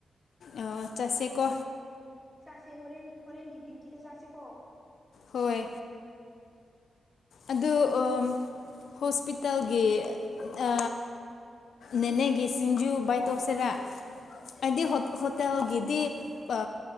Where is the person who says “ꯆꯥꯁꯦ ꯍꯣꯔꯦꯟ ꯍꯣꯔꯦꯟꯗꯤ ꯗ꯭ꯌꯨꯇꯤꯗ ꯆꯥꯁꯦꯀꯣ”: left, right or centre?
Centre